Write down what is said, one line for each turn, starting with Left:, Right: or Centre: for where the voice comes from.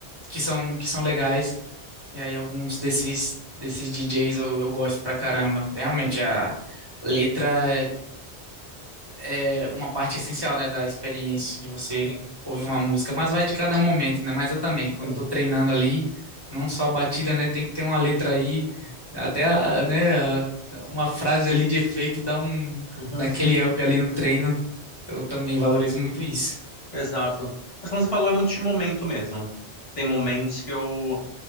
Right: que são, que são legais. E aí alguns desses, desses DJs eu, eu gosto pra caramba. Realmente, a letra é, é uma parte essencial, né, da experiência de você
Left: sim,
Right: ouvir uma música, mas vai de cada momento, né? Mas eu também, quando
Left: sim.
Right: tô treinando ali, não só a batida, né, tem que ter uma letra aí, até, a- né, a- uma frase ali de efeito dá um,
Left: Uhum,
Right: naquele up ali no treino. Então eu também valorizo muito isso,
Left: exato. Mas como você falou, é muito de momento mesmo. Tem momentos que eu